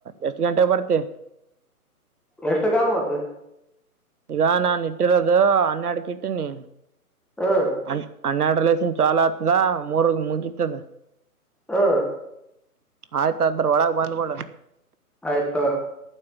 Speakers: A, on the right; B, in the centre.
A: ಎಷ್ಟ ಗಂಟೆಗೆ ಬರ್ತಿ?
B: ಎಷ್ಟುಕ್ ಆದ್ ಮತ್ತ.
A: ಈಗ ನಾನ್ ಇಟ್ಟಿರೋದು ಹನ್ನಡ್ಕ ಇಟ್ಟೀನಿ.
B: ಹ್ಮ್
A: ಅನ್ ಹನ್ಯಡ್ ಲೇಸನ್ ಚಾಲ ಆಗ್ತದ ಮೂರ್ಗ್ ಮುಗಿತ್ತದ
B: ಹಾ
A: ಆಯ್ತ ಅದ್ರ ಒಳಗ ಬಂದಬೀಡ.
B: ಆಯ್ತೋ.